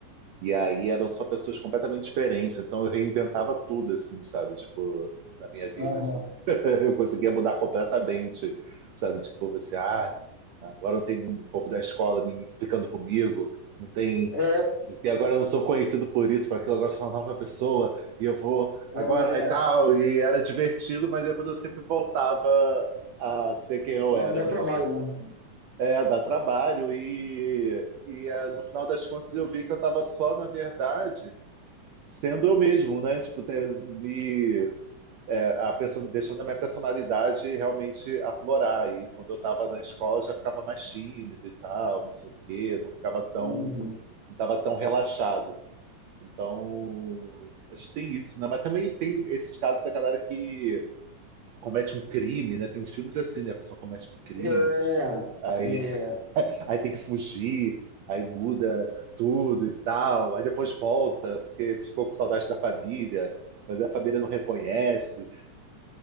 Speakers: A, on the right (about 75°); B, on the left (about 30°).
A: E aí eram só pessoas completamente diferentes, então eu reinventava tudo, assim, sabe? Tipo, na minha vida,
B: Aham.
A: assim. <laughs> Eu conseguia mudar completamente, sabe? Tipo, você, ah, agora não tem o povo da escola me- ficando comigo, não tem...
B: É,
A: E agora eu não sou conhecido por isso, por aquilo, agora eu sou uma nova pessoa, e eu vou
B: é,
A: agora e tal. E era divertido, mas depois eu sempre voltava a ser quem eu
B: dá,
A: era
B: dá
A: mesmo,
B: trabalho,
A: assim.
B: né?
A: É, dá trabalho. E, e ah, no final das contas eu vi que eu estava só, na verdade, sendo eu mesmo, né? Tipo, ter, me, é, a perso- deixando a minha personalidade realmente aflorar. E quando eu estava na escola eu já ficava mais tímido e tal, não sei o quê, não ficava tão,
B: Uhum.
A: não estava tão relaxado. Então, acho que tem isso, né? Mas também tem esses casos da galera que comete um crime, né? Tem uns filmes assim, né? A pessoa comete um crime.
B: É,
A: Aí
B: é,
A: Aí tem que fugir, aí muda tudo e tal. Aí depois volta, porque ficou com saudade da família, mas a família não reconhece.